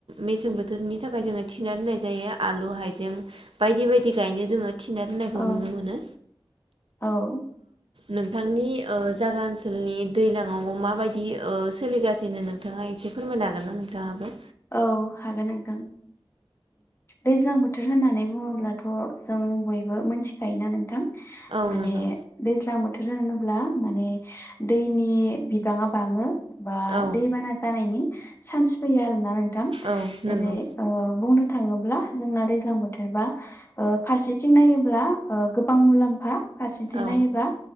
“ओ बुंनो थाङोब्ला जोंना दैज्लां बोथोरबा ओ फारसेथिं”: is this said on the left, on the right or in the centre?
Left